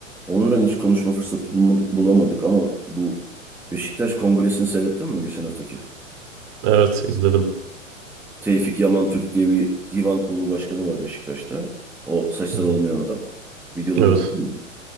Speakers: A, in the centre; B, on the right.
A: Onuran hiç konuşma fırsatı bulmadık, bulamadık ama bu Beşiktaş Kongresi'ni seyrettin mi geçen haftaki?
B: Evet izledim.
A: Tevfik Yaman Türk diye bir divan kurulu başkanı var Beşiktaş'ta. O saçları
B: Hı hı.
A: olmayan adam. Videoları
B: Evet.
A: gördün mü?